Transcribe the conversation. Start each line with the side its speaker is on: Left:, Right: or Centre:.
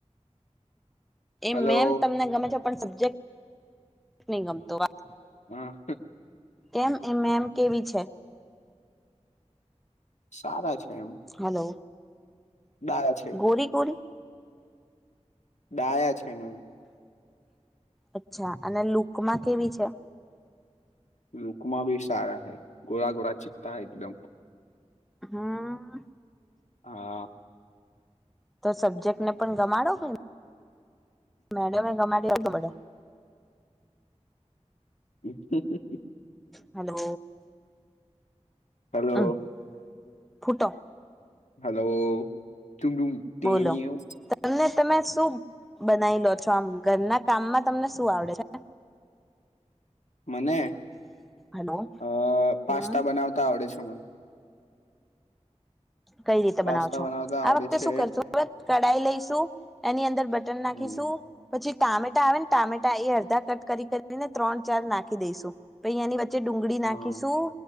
Centre: એ
Left: હલો
Centre: મેમ તમને ગમે છે પણ સબ્જેક્ટ ની ગમતો વા
Left: હા
Centre: કેમ એ મેંમ કેવી છે
Left: સારા છે એમ
Centre: હલો
Left: ડાયા છે
Centre: ગોરી ગોરી
Left: ડાયા છે મેમ
Centre: અચ્છા અને લુકમાં કેવી છે
Left: લુકમા ભી સારા હૈ ગોરા ગોરા ચિતા એકદમ
Centre: હા
Left: હા
Centre: તો સબ્જેક્ટ ને પણ ગમાડો કે મેડમે ગમાડી
Left: <inaudible>
Centre: હલો
Left: હલો
Centre: હમ્મ ફુટો
Left: હલો તું તું તેનીવ
Centre: બોલો તમને તમે શું બનાવી લો છો આમ ઘરના કામમાં તમને શું આવડે છે
Left: મને
Centre: હલો
Left: અ પાસ્તા
Centre: હમ
Left: બનાવતા આવડે છે મને
Centre: કઈ રીતે
Left: પાસ્તા
Centre: બનાવ છો
Left: બનાવતા
Centre: આ
Left: આવડે
Centre: વખતે
Left: છે
Centre: શું કરશું કઢાઈ લઈશું એની અંદર બટન નાખીશું
Left: હમ
Centre: પછી ટામેટા આવે ને ટામેટા એ અડધા કટ કરી કરીને ત્રણ ચાર નાખી દઈસું પચ એની વચ્ચે વચ્ચે ડુંગળી નાખીશું
Left: હા